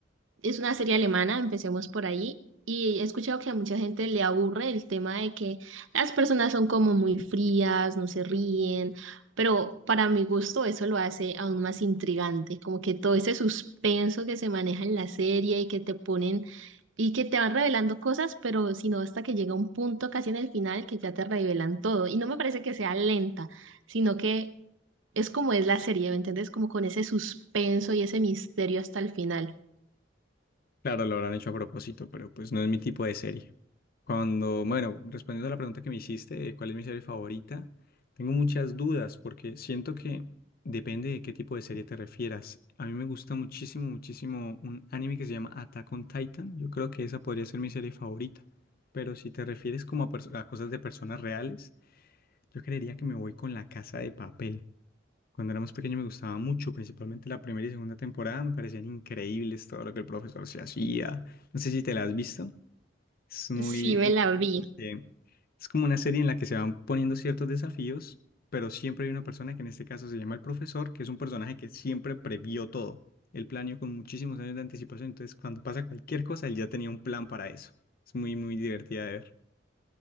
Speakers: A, on the right; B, on the left.
A: es una serie alemana, empecemos por ahí. Y he escuchado que a mucha gente le aburre el tema de que las personas son como muy frías, no se ríen, pero para mi gusto eso lo hace aún más intrigante, como que todo ese suspenso que se maneja en la serie y que te ponen y que te van revelando cosas, pero sino hasta que llega un punto casi en el final que ya te revelan todo. Y no me parece que sea lenta, sino que es como es la serie, ¿me entiendes? Como con ese suspenso y ese misterio hasta el final.
B: Claro, lo habrán hecho a propósito, pero pues no es mi tipo de serie. Cuando, bueno, respondiendo a la pregunta que me hiciste de cuál es mi serie favorita, tengo muchas dudas porque siento que depende de qué tipo de serie te refieras. A mí me gusta muchísimo, muchísimo un anime que se llama Attack on Titan. Yo creo que esa podría ser mi serie favorita. Pero si te refieres como a, perso- a cosas de personas reales, yo creería que me voy con La Casa de Papel. Cuando era más pequeño me gustaba mucho, principalmente la primera y segunda temporada, me parecían increíbles todo lo que el profesor se hacía. No sé si te la has visto. Es muy,
A: Sí, me
B: muy
A: la
B: chévere
A: vi.
B: porque es como una serie en la que se van poniendo ciertos desafíos, pero siempre hay una persona que en este caso se llama el profesor, que es un personaje que siempre previó todo. Él planeó con muchísimos años de anticipación, entonces cuando pasa cualquier cosa, él ya tenía un plan para eso. Es muy, muy divertida de ver.